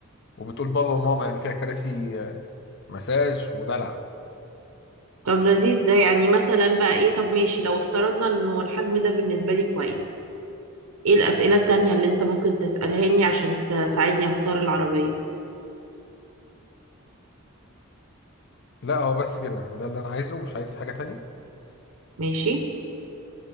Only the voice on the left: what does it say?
وبتقول بابا وماما يعني فيها كراسي آه، مساج ودلع
لا هو بس كده ده اللي انا عايزه مش عايز حاجه تانية